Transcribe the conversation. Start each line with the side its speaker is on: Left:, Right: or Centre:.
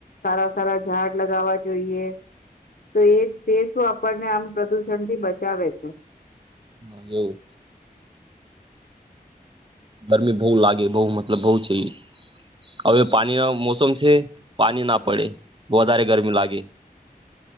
Left: સારા સારા ઝાડ લગાવવા જોઈએ. તો એ તે શું આપણને આમ પ્રદુષણ થી બચાવે છે.
Right: હા એવું ગરમી બઉ લાગે બઉ મતલબ બઉ છે એ અવે પાણી ના મોસમ છે. પાણી ના પડે વધારે ગરમી લાગે